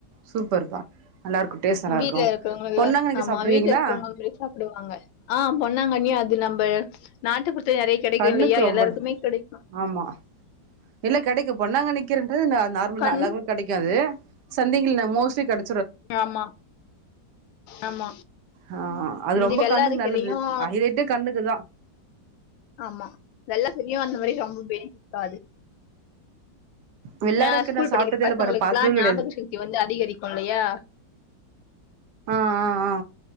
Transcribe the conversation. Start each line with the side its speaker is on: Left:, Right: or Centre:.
Right: சூப்பர்ப்பா நல்லா இருக்கு டேஸ்ட் நல்லா
Left: வீட்ல
Right: இருக்கு
Left: இருக்கறவுங்களுக்கு
Right: பொன்னாங்கண்ணிக்கா
Left: ஆமா
Right: சாப்ட்ருக்கீங்களா
Left: வீட்ல இருக்கறவுங்களுக் சாப் டுவாங்க ஆ பொன்னாங்கன்னியு அது நம்ப நாட்டு குறுத்து நெறைய கடைக்கு
Right: கண்ணுக்கு
Left: இல்லையா
Right: ரொம்ப
Left: எல்லாருக்குமே கடைக்கு
Right: ஆமா இல்ல கடைக்கு பொண்ணாங்கன்னி கீரன்றது நார்மல்
Left: கண்
Right: தா எல்லா கடைக்காது சந்தைங்கல் மோஸ்ட்லி கட
Left: ஆமா ஆமா
Right: ஆ அது
Left: அந்த
Right: ரொம்ப
Left: மாரி வெள்ளாரக்கீரையும்
Right: கண்ணுக்கு நல்லது ஹைலேட்டே கண்ணுக்குதா
Left: ஆமா வெள்ள பெரியு அந்த மாரி ரொம்ப பெனிஃபிட் தா அது
Right: வெள்ளாரக்கு
Left: ஆ ஸ்கூல்
Right: நா
Left: படிக்கிற
Right: சாப்ட்டதே
Left: பசங்களுக்லா
Right: இல்ல பாரு பாத்தது
Left: ஞாபக
Right: கெடையாது
Left: சக்தி வந்து அதிகரிக்கு இல்லையா
Right: ஆ ஆ ஆ